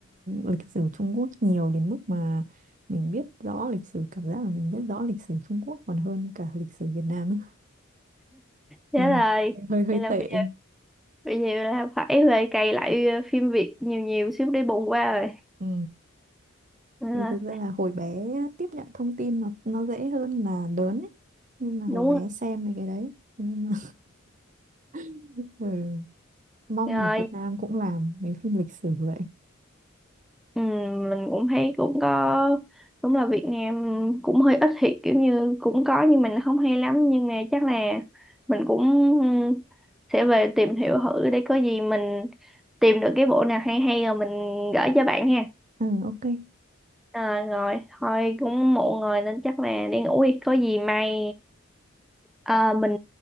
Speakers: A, on the right; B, in the centre.
A: lịch sử Trung Quốc nhiều đến mức mà mình biết rõ lịch sử cảm giác là mình biết rõ lịch sử Trung Quốc còn hơn cả lịch sử Việt Nam ấy.
B: thế
A: Ừ.
B: rồi
A: hơi hơi
B: vậy là
A: tệ
B: bây giờ bây giờ là phải về cày lại ờ, phim Việt nhiều nhiều xíu để bù qua rồi
A: ừ.
B: À,
A: Vì thực ra là hồi bé tiếp nhận thông tin nó nó dễ hơn là lớn ấy. Nên là hồi
B: đúng
A: bé
B: rồi.
A: xem mấy cái đấy. Nhưng mà <laughs> ừ, mong
B: Rồi,
A: ở Việt Nam cũng làm mấy phim lịch sử vậy.
B: ừ, mình cũng thấy cũng có đúng là Việt Nam cũng hơi ít thiệt kiểu như cũng có nhưng mình không hay lắm nhưng mà chắc là mình cũng ừ, sẽ về tìm hiểu thử để có gì mình tìm được cái bộ nào hay hay rồi mình gửi cho bạn ha.
A: Ừ, ok.
B: À, rồi thôi cũng muộn rồi nên chắc là đi ngủ đi có gì mai à, mình